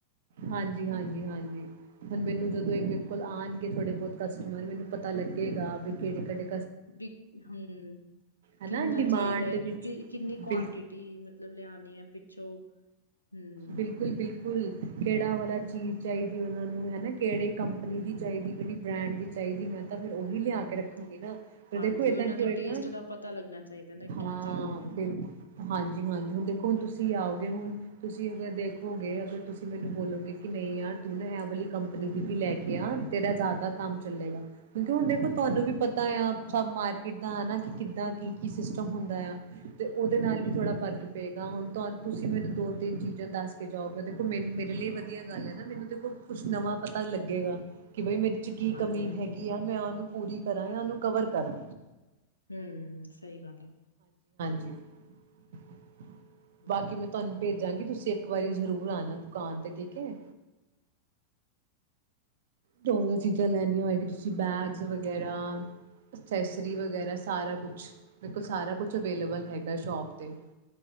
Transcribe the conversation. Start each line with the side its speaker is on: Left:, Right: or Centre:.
Right: ਹਾਂਜੀ-ਹਾਂਜੀ-ਹਾਂਜੀ ਹੁਣ ਮੈਨੂੰ
Left: ਹੂੰ
Right: ਜਦੋਂ ਇਹ ਬਿਲਕੁਲ ਆਣ ਕੇ ਥੋੜੇ ਬਹੁਤ ਕਸਟਮਰ ਵੀ ਨੂ ਪਤਾ ਲੱਗੇਗਾ ਵੀ ਕਿਹੜੇ-ਕਿਹੜੇ
Left: ਵੀ ਹਮ
Right: ਹਨਾ
Left: ਕਿੰਨਾ
Right: ਡਿਮਾਂਡ
Left: ਚਾਹੀਦਾ ਹੈ
Right: ਦੇ ਵਿੱਚ
Left: ਕਿ ਕਿੰਨੀ ਕੁਆਂਟਿਟੀ,
Right: ਬਿਲ
Left: ਮਤਲਬ ਲਿਆਉਣੀ ਹੈ ਪਿੱਛੋਂ ਹਮ
Right: ਬਿਲਕੁਲ-ਬਿਲਕੁਲ ਕੁਲ ਕਿਹੜਾ ਵਾਲਾ ਚੀਜ਼ ਚਾਹੀਦੀ ਉਹਨਾਂ ਨੂੰ ਹੈਨਾ। ਕਿਹੜੀ ਕੰਪਨੀ
Left: ਹਮ
Right: ਦੀ ਚਾਹੀਦੀ, ਕਿਹੜੀ ਬ੍ਰਾਂਡ ਦੀ ਚਾਹੀਦੀ ਮੈਂਨੂ ਤਾਂ ਫਿਰ ਉਹੀ
Left: ਹਮ
Right: ਲਿਆ ਕੇ ਰੱਖਾਂਗੇ ਨਾ, ਫਿਰ
Left: ਹਾਂਜੀ
Right: ਦੇਖੋ ਏਦਾਂ
Left: ਉਹਨਾਂ
Right: ਕੀ
Left: ਦੇ
Right: ਹੋਏਗਾ
Left: ਟੇਸਟ ਦਾ ਪਤਾ ਲੱਗਣਾ ਚਾਹੀਦਾ ਨਾ
Right: ਹਾਂ
Left: ਕੀ ਚਾਹੁੰਦੇ ਨੇ ਉਹ
Right: ਬਿਲੁ ਹਾਂਜੀ-ਹਾਂਜੀ ਹੁਣ ਦੇਖੋ ਹੁਣ ਤੁਸੀਂ ਆਓਗੇ ਹੁਣ ਤੁਸੀਂ ਅਗਰ ਦੇਖੋਗੇ ਅਗਰ ਤੁਸੀਂ ਮੈਨੂੰ ਬੋਲੋਗੇ ਕਿ ਨਹੀਂ ਯਾਰ ਤੁਸੀਂ ਅਗਰ ਦੇਖੋਗੇ ਅਗਰ ਤੁਸੀ ਮੈਨੂੰ ਬੋਲੋਗੇ ਇਹ ਵਾਲੀ ਕੰਪਨੀ ਦੀ ਵੀ ਲੈ ਕੇ ਆ ਤੇਰਾ ਜ਼ਿਆਦਾ ਕੰਮ ਚੱਲੇਗਾ ਕਿਉਂਕਿ ਹੁਣ ਦੇਖੋ ਤੁਹਾਨੂੰ ਵੀ ਪਤਾ ਆ ਸ ਮਾਰਕੀਟ ਦਾ ਹੈ ਨਾ ਕਿ ਕਿੱਦਾਂ ਕੀ ਕੀ ਸਿਸਟਮ ਹੁੰਦਾ ਆ ਅਤੇ ਉਹਦੇ ਨਾਲ ਵੀ
Left: ਹਮ
Right: ਥੋੜ੍ਹਾ
Left: ਹਮ
Right: ਫ਼ਰਕ ਪਏਗਾ ਹੁਣ ਤੁਹਾਨੂ ਤੁਸੀਂ ਮੈਨੂੰ ਦੋ ਤਿੰਨ ਚੀਜ਼ਾਂ ਦੱਸ ਕੇ ਜਾਊਗੇ ਦੇਖੋ ਮੈਨੂੰ ਮੇਰੇ ਲਈ ਵਧੀਆ ਗੱਲ ਹੈ ਨਾ, ਮੈਨੂੰ ਦੇਖੋ ਕੁਛ ਨਵਾਂ ਪਤਾ ਲੱਗੇਗਾ। ਕਿ ਬਈ ਮੇਰੇ ਚ ਕੀ
Left: ਹਾਂਜੀ
Right: ਕਮੀ
Left: ਹਾਂਜੀ
Right: ਹੈਗੀ ਆ ਮੈਂ ਉਹਨੂੰ ਪੂਰੀ ਕਰਾਂ ਜਾਂ ਉਹਨੂੰ ਕਵਰ ਕਰਾਂ।
Left: ਹੂ ਸਹੀ ਗੱਲ ਹੈ।
Right: ਜੀ <inaudible>
Left: ਹਾਂਜੀ
Right: ਬਾਕੀ ਮੈਂ ਤੁਹਾਨੂੰ ਭੇਜਾਂਗੀ ਤੁਸੀਂ ਇੱਕ ਵਾਰੀ ਜ਼ਰੂਰ ਆਣਾ ਦੁਕਾਨ ਤੇ ਠੀਕ ਹੈ। ਜੋ ਚੀਜ਼ਾਂ ਲੈਣੀਆਂ ਹੋਏਗੀ ਤੁਸੀਂ ਬੈਗਸ ਵਗੈਰਾ, ਅਸੈਸਰੀ ਵਗੈਰਾ ਸਾਰਾ ਕੁਛ ਮੇਰੇਕੋਲ ਸਾਰਾ ਕੁਛ ਅਵੇਲੇਬਲ ਹੈਗਾ ਸ਼ੋਪ ਤੇ।